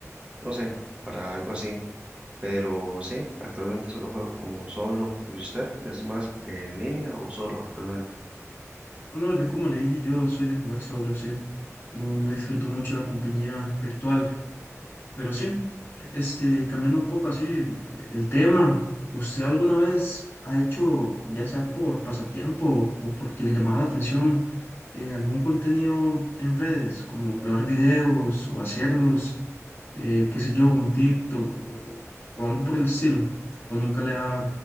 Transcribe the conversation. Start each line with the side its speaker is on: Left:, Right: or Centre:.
Right: no sé, para algo así. Pero sí, actualmente solo juego como solo. ¿Y usted es más de en línea o solo actualmente?
Left: No, yo como le dije, yo soy de jugar solo, sí. No, no disfruto mucho la compañía virtual, pero sí. Este, cambiando un poco así eh, el tema, ¿usted alguna vez ha hecho, ya sea por pasatiempo o porque le llamaba la atención, eh, algún contenido en redes, como grabar videos o hacerlos, eh, qué sé yo, un TikTok o, o algo por el estilo? ¿O nunca le ha